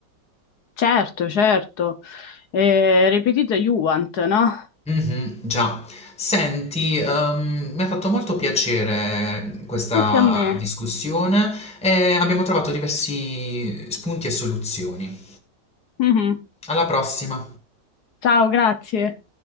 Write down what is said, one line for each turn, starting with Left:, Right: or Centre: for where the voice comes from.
Left: certo, certo. Eh, ripetita Juant, no?
Centre: Mh-mh, già. Senti, ehm, mi ha fatto molto piacere questa
Left: Anche a me.
Centre: discussione e abbiamo trovato diversi spunti e soluzioni.
Left: Mhm.
Centre: Alla prossima!
Left: Ciao, grazie.